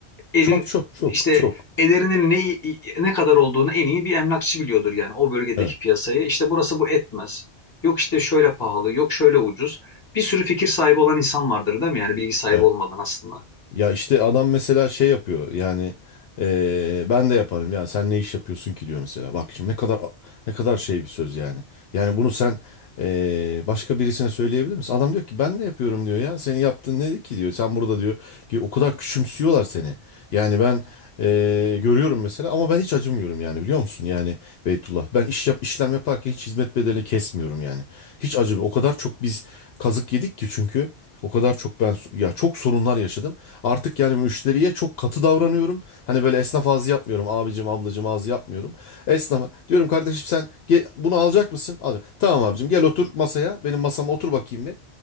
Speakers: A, on the left; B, on the left.
A: evin
B: Çok çok çok
A: işte
B: çok.
A: ederinin ne ne kadar olduğunu en iyi bir emlakçı biliyordur yani o bölgedeki
B: Evet.
A: piyasayı. İşte burası bu etmez. Yok işte şöyle pahalı, yok şöyle ucuz. Bir sürü fikir sahibi olan insan vardır değil mi? Yani bilgi sahibi
B: Evet.
A: olmadan aslında.
B: Ya işte adam mesela şey yapıyor yani eee, ben de yaparım ya sen ne iş yapıyorsun ki diyor mesela. Bak şimdi ne kadar ne kadar şey bir söz yani. Yani bunu sen eee, başka birisine söyleyebilir misin? Adam diyor ki ben de yapıyorum diyor ya senin yaptığın nedir ki diyor. Sen burada diyor ki o kadar küçümsüyorlar seni. Yani ben eee, görüyorum mesela ama ben hiç acımıyorum yani biliyor musun? Yani Beytullah. Ben iş yap, işlem yaparken hiç hizmet bedelini kesmiyorum yani. Hiç acımıyor. O kadar çok biz kazık yedik ki çünkü o kadar çok ben ya çok sorunlar yaşadım. Artık yani müşteriye çok katı davranıyorum. Hani böyle esnaf ağzı yapmıyorum. Abicim ablacım ağzı yapmıyorum. Esnafa diyorum kardeşim sen ge- bunu alacak mısın? Alacağım. Tamam abicim gel otur masaya. Benim masama otur bakayım bir.